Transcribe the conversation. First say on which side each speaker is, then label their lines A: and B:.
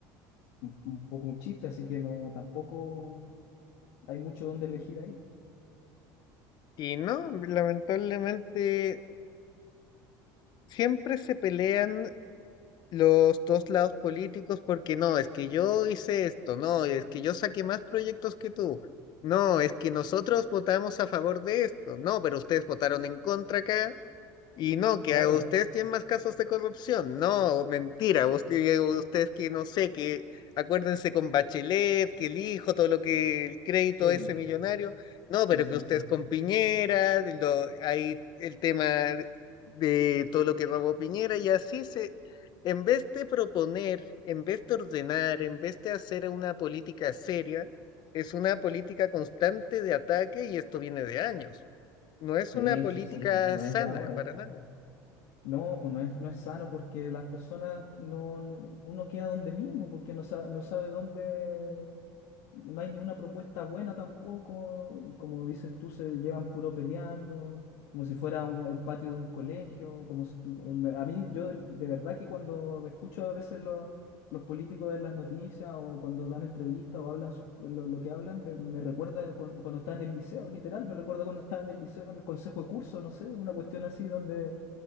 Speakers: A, on the left (about 75°); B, on the left (about 50°).
A: un poco un chiste, así que no, tampoco hay mucho donde elegir ahí.
B: Y no, lamentablemente siempre se pelean los dos lados políticos porque no, es que yo hice esto, no, es que yo saqué más proyectos que tú. No, es que nosotros votamos a favor de esto. No, pero ustedes votaron en contra acá. Y no, que
A: Claro,
B: a ustedes tienen más casos de corrupción. No, mentira. Usted- ustedes que no sé, que acuérdense con Bachelet, que el hijo, todo lo que el crédito
A: sí,
B: ese
A: po,
B: millonario. No,
A: Sí,
B: pero
A: sí,
B: que ustedes
A: sí.
B: con Piñera, de lo, hay el tema de, de todo lo que robó Piñera y así se, en vez de proponer, en vez de ordenar, en vez de hacer una política seria, es una política constante de ataque y esto viene de años. No es
A: Sí,
B: una política
A: pues, sí, po, no
B: sana
A: es de ahora.
B: para nada.
A: No, pues no es, no es sano porque las personas no, no- uno queda donde mismo, porque no sabe, no sabe dónde. No hay ni una propuesta buena tampoco. y Como dices tú, se llevan puro peleando, como si fuera un- el patio de un colegio. Como si tu- me- a mí, yo de de verdad que cuando escucho a veces lo- los políticos en las noticias o cuando dan entrevistas o hablan su- lo, lo que hablan, me, me recuerda de cuan- cuando estaba en el liceo, literal, me recuerda cuando estaba en el liceo, en el consejo de curso, no sé, una cuestión así donde